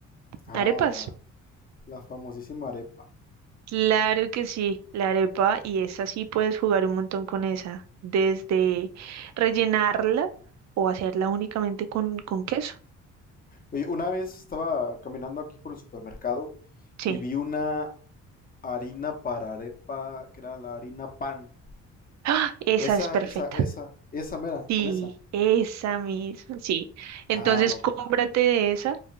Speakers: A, on the left; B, on the right.
A: Ah,
B: Arepas.
A: la, la famosísima arepa.
B: Claro que sí, la arepa. Y esa sí puedes jugar un montón con esa. Desde rellenarla o hacerla únicamente con, con queso.
A: Oye, una vez estaba caminando aquí por el supermercado
B: Sí,
A: y vi una harina para arepa, que era la harina pan.
B: ¡Ah! Esa
A: Esa,
B: es perfecta.
A: esa, esa, esa mera,
B: Sí,
A: con esa.
B: esa misma. Sí.
A: Ah,
B: Entonces
A: no,
B: cómprate
A: pues.
B: de esa.